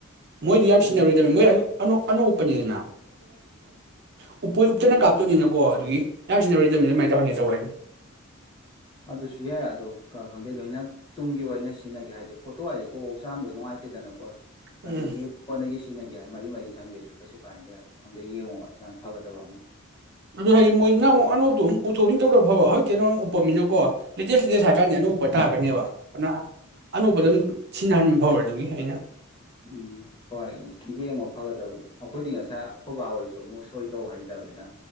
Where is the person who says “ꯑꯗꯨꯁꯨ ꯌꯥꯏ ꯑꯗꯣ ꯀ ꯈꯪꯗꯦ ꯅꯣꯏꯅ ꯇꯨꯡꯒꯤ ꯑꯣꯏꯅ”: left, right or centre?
Left